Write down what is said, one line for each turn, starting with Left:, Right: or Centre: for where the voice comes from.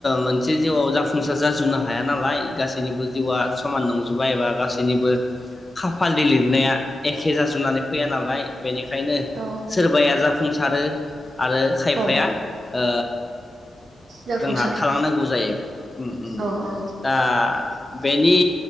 Left: मोनसे जिउआव जाफुंसार जाजुबनो हाया नालाय गासैनिबो जिउआ समान नंजोबाय एबा गासैनिबो खाफालनि लिरनाया एखे जाजुनानै फैया नालाय बेनिखायनो
Right: औ
Left: सोरबाया जाफुंसारो आरो खायफाया
Right: औ
Left: ओ
Right: जाफुंसारा
Left: जोंहा थालांनांगौ जायो उम उम
Right: औ औ
Left: दा बेनि